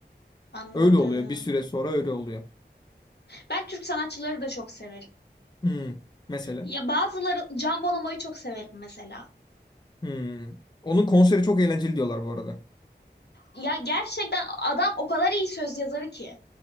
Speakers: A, on the left; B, on the left.
A: anladım.
B: Öyle oluyor. Bir süre sonra öyle oluyor.
A: Ben Türk sanatçıları da çok severim.
B: Hmm. Mesela.
A: Ya bazıları Can Bonomo'yu çok severim mesela.
B: Hmm. Onun konseri çok eğlenceli diyorlar bu arada.
A: Ya gerçekten adam o kadar iyi söz yazarı ki.